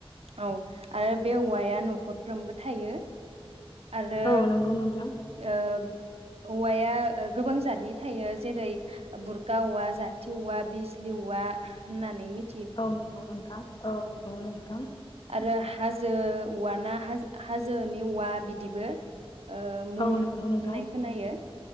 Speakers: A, on the right; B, on the left.
A: औ आरो बे औवाया न'खरफ्रोमबो थायो आरो
B: औ नंगौ नोंथां
A: ओ औवाया ओ गोबां जाथनि थायो जेरै बुरखा औवा, जाथि औवा, बिजलि औवा होननानै मि
B: औ नांगौ नोंथां औ नंगौ नोंथां।
A: आरो हाजो औवाना हाजो हाजोनि औवा बिदिबो। ओ मुं
B: औ
A: होननाय
B: नंगौ नोंथां
A: खोनायो